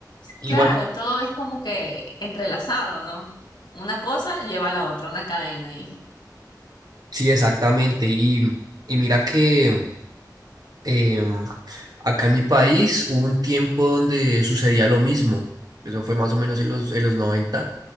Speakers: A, on the right (about 60°); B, on the left (about 80°).
A: Igual,
B: Claro, todo es como que entrelazado, ¿no? Una cosa lleva a la otra, una cadena ahí.
A: sí, exactamente. Y, y mira que em, acá en mi país hubo un tiempo donde sucedía lo mismo. Eso fue más o menos en los, en los noventa